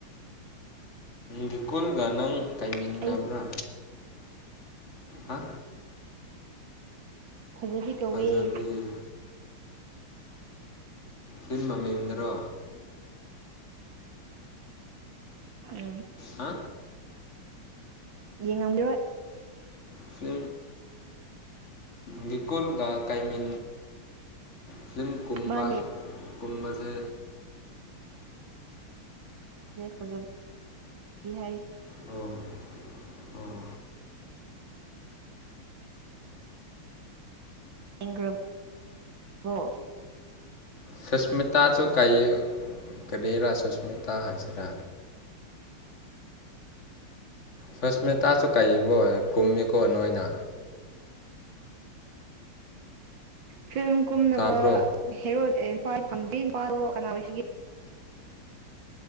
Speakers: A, on the left (about 35°); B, on the right (about 60°).
A: ꯚꯤꯀꯨꯜꯒ ꯅꯪ ꯇꯥꯏꯃꯤꯟꯅꯕ꯭ꯔꯥ
B: ꯑꯩ
A: ꯍꯥ
B: ꯐꯖꯕꯤ ꯀꯧꯋ
A: ꯐꯖꯕꯤ ꯐꯤꯟ ꯃꯃꯗ꯭ꯔꯣ
B: ꯎꯝ
A: ꯍꯥ
B: ꯌꯦꯡꯉꯝꯗꯔꯣꯏ
A: ꯐꯤ ꯅꯀꯜ ꯀ ꯀꯥꯏ ꯃꯤ ꯐꯤꯂꯝ ꯀꯨꯝꯕ
B: ꯃꯥꯅꯦ
A: ꯀꯨꯝꯕꯁꯦ
B: ꯐꯖꯕꯤꯍ
A: ꯑꯣ ꯑꯣ
B: ꯎꯝ꯭ꯔꯕ ꯍ
A: ꯁꯨꯁꯃꯤꯇꯥꯁꯨ ꯀ ꯀꯔꯤꯔꯥ ꯁꯨꯁꯃꯤꯇꯥ ꯍꯥꯏꯁꯤꯔꯥ
B: <inaudible>
A: ꯁꯣꯁꯃꯤꯇꯥꯁꯨ ꯀꯕꯣ ꯀꯨꯝꯃꯤꯀꯣ ꯅꯣꯏꯅ
B: ꯐꯤꯂꯝ ꯀꯨꯝꯅꯕ
A: ꯇꯥꯕ꯭ꯔꯣ
B: ꯍꯦꯔꯣꯏ ꯀ ꯐꯪꯗꯦ ꯅꯨꯄꯥꯗꯣ ꯀꯅꯥ ꯑꯣꯏꯁꯤꯒꯦ